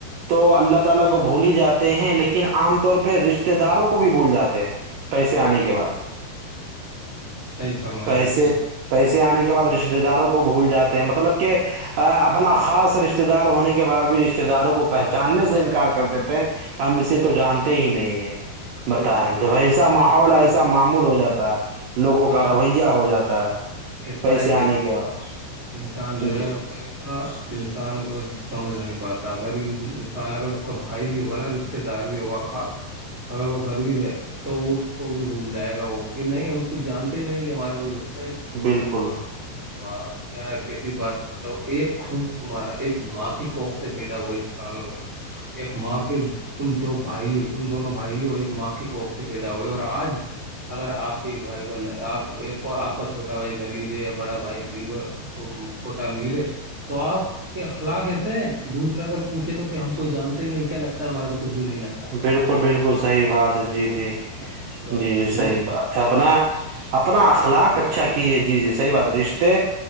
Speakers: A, on the right (about 80°); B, on the right (about 30°).
A: تو اللہ تعالی کو بھول ہی جاتے ہیں لیکن عام طور پہ رشتے داروں کو بھی بھول جاتے ہیں پیسے آنے کے بعد
B: صحیح فرمایا
A: پیسے
B: بالکل
A: پیسے آنے کے بعد رشتے داروں کو بھول جاتے ہیں مطلب کہ اپنا خاص رشتے دار ہونے کے بعد بھی رشتے داروں کو پہچاننے سے انکار کر دیتا ہیں ہم اسے تو جانتے ہی نہیں ہے بتائیں
B: ایسا
A: جب ایسا ماحول ایسا معمول ہو جاتا ہے لوگوں
B: ہاں
A: کا رویہ ہو جاتا ہے
B: پیسہ
A: پیسے
B: ہے کیسی
A: آنے کے
B: چیز
A: بعد
B: ہے، انسان جو
A: جی
B: ہے انسان کو سمجھ نہیں پاتا ریب انسان اگر اس کا بھائی بھی ہوگا نا سے دار بھی ہوگا کھاد اگر وہ غریب ہے تو اس کو بھی بھول جائے گا وہ کہ نہیں ہم جانتے ہی نہیں ہمارا کوھر
A: بالکل
B: واں کیا کیسی بات مطلب ایک خون ہے تمہارا ایک ماں کی کوکھ سے پیدا ہوئے انسان ت ایک ماں کے تم دو بھائیوں تم دونوں بھائیوں ایک ماں کے کوکھ سے پیدا ہوئے اور آج اگر آپ کے ایک بھائی آپ ایک آپ کا چھوٹا بھائی غریب ہے یا بڑا بھائی غریب اور چھوٹا امیر ہے تو آپ کہ اخلاق ایسے دوسرا اگر پوچھے تو کہ ہم کوئی جانتے نہیں کیا لگتا ہے ہمارا تو کچھ بھی نہیں لگتا
A: بالکل بالکل صحیح بات ہے جی جی
B: پورا
A: جی
B: مت بولو
A: جی صحی بات ہے اپنا اپنا اخلاق اچھا کیجیے جی جی صحیح بات رشتے